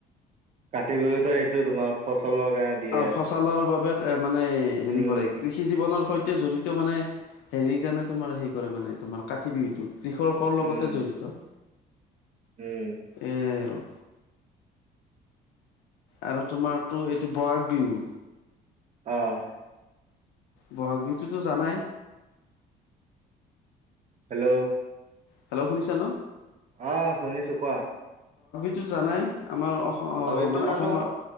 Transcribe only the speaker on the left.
আহ ফচলৰ বাবে এ মানে হেৰি
কৰে কৃষি জীৱনৰ সৈতে তে জড়িত মানে হেৰি কাৰণে তোমাৰ হে কৰে মানে তোমাৰ কাতি বিহুতোক। কৃষকৰ লগতে
জড়িত।
এয়াই আৰু। আৰু তোমাৰতটো এইটো বহাগ বিহু
বহাগ বিহুতো জানাই।
হেল্ল' শুনিছা ন?
তুমি ত জানাই আমাৰ অম
মানে
অসমৰ।